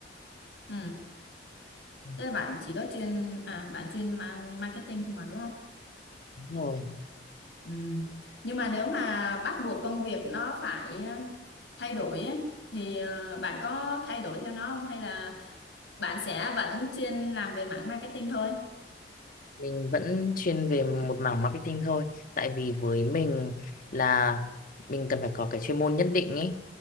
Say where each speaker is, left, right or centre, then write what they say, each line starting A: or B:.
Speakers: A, on the left (about 90°); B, on the left (about 50°).
A: Ừ.
B: Ừ,
A: Thế là bạn chỉ có chuyên à bạn chuyên mang marketing thôi mà đúng không?
B: Đúng rồi.
A: Ừ. Nhưng mà nếu mà bắt buộc công việc nó phải ờ, thay đổi ấy, thì ờ, bạn có thay đổi theo nó không hay là bạn sẽ vẫn chuyên làm về mảng marketing thôi?
B: mình vẫn chuyên về một mảng marketing thôi tại vì với mình là mình cần phải có cái chuyên môn nhất định ấy